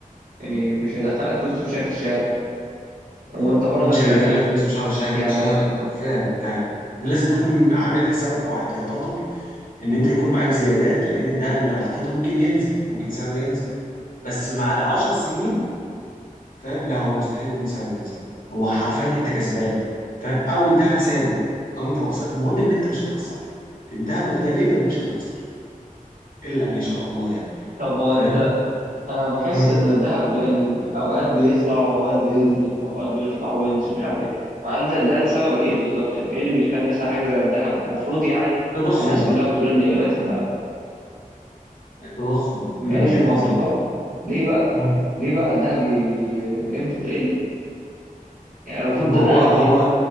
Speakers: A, on the right (about 85°); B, on the left (about 75°).
A: يعني مش هيدخلك فلوس بشكل شهري وانت برضك
B: هو مش هيدخل
A: يعني
B: لك فلوس في شهر شهر
A: يعني
B: شهر فعلا فعلا لازم تكون عامل حسابك او احتياطاتك ان انت يكون معاك زيادات لان الذهب اللي لو حطيته ممكن ينزل ممكن سعره ينزل بس بعد 10 سنين فاهم لا هو مستحيل يكون سعره نزل هو حرفيا انت كسبان فاهم او الذهب ثابت او انت مخسر المهم ان انت مش هتخسر في الذهب غالبا مش هتخسر الا ان يشاء الله يعني
A: طب هو
B: فاهم
A: انت انا بحس
B: مم.
A: ان الذهب يعني اوقات بيطلع واوقات بينزل واوقات بيطلع وينزل مش عارف ايه فهل ده ده السبب ايه بالظبط يعني ايه اللي بيخلي مثلا حاجة زي الذهب المفروض يعني
B: التضخم
A: الناس كلها بتقول ان قيمتها
B: التضخم
A: ماشي
B: من وجهة
A: ما
B: نظري
A: هو التضخم ليه بقى
B: مم.
A: ليه بقى الذهب ي- ي- قيمته تقل يعني المفروض
B: إن ما
A: ده
B: هو
A: ذهب
B: هو
A: يعني